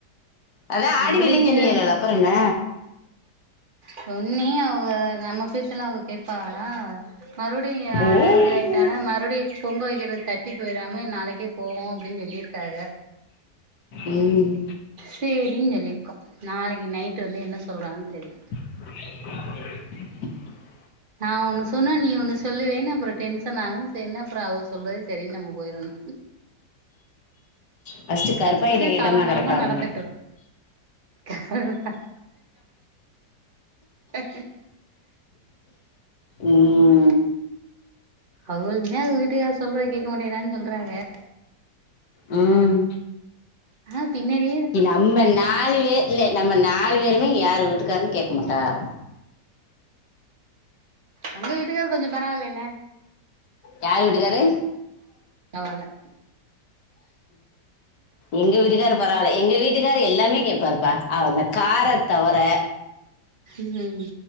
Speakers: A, on the left; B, on the right.
A: அதா
B: மதுரைக்கு
A: ஆடி வெள்ளின்னு சொன்னீகளே அப்பற என்ன
B: சொன்னே அவுக நம்ம பேச்சல்லா அவுக கேப்பாகளா மறுபுடியு யாரா
A: ஓ
B: இது ஆயிட்டானா மறுபுடியு பொங்க வக்கிறது தட்டி போயிராம நாளைக்கே போவோ அப்டின்னு சொல்லிருக்காக
A: ம்
B: சேரின்னு சொல்லிருக்கோ நாளைக்கு நைட்டு வந்து என்ன சொல்றாங்கன்னு தெரில
A: <unintelligible>
B: நா ஒன்னு சொன்னா நீ ஒன்னு சொல்லுவேனு அப்புற டென்ஷன் ஆகு சேரின்னு அப்புற அவர் சொல்றதே சேரின்னு நம்ம போயிரணு
A: ஃபர்ஸ்ட் கருப்பாயிட்ட
B: அப்டித்தா
A: கேட்டோம்னா
B: காலங்காலமா
A: கரெக்டா இருந்தோம்
B: நடந்துட்ருக் கால ஐயோ
A: ம்
B: ஐயோ அவுகளுன்தா அவுக வீட்டுக்கார் சொல்றத கேக்க மாட்டேங்கிறார்னு சொல்றாக
A: ம்
B: ஆ பின்னாடி
A: ஏய் நம்ம நாலு பேருமே இல்லே நம்ம நாலு பேருமே யாரு வீட்டுக்காருன்னு கேக்க மாட்டாக
B: உங்க வீட்டுக்காரர் கொஞ்ச பரவாயில்லல்ல
A: யாரு வீட்டுக்காரு
B: பரவால்ல
A: எங்க வீட்டுக்காரர் பரவாயில்ல எங்க வீட்டுக்காரர் எல்லாமே கேப்பாருப்பா அவர் இந்த கார தவர
B: ம்